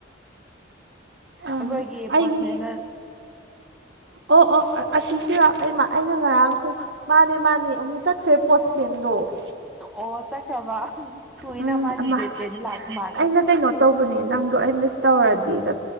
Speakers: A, on the right (about 65°); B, in the centre.
A: ꯑꯥ
B: ꯑꯩꯈꯣꯏꯒꯤ
A: ꯑꯩꯒꯤ
B: ꯄꯣꯁꯃꯦꯟꯗ
A: ꯑꯣ ꯑꯣ ꯑꯁꯤꯁꯨ ꯌꯥ ꯑꯩꯃ ꯑꯩꯅ ꯉꯔꯥꯡꯁꯨ ꯃꯥꯅꯦ ꯃꯥꯅꯦ ꯑꯃꯨꯛ ꯆꯠꯈ꯭ꯔꯦ ꯄꯣꯁꯃꯦꯟꯗꯣ
B: ꯑꯣ ꯆꯠꯈ꯭ꯔꯕ ꯊꯨꯏꯅ
A: ꯎꯝ
B: ꯃꯥꯗꯤ
A: ꯑꯃ
B: ꯖꯦꯠ ꯄ꯭ꯂꯦꯟꯗ ꯂꯥꯛꯄ ꯃꯥꯜꯂꯦ
A: ꯑꯩꯅ ꯀꯩꯅꯣ ꯇꯧꯕꯅꯦ ꯅꯪꯗꯣ ꯑꯩ ꯃꯤꯁ ꯇꯧꯔꯗꯤꯗ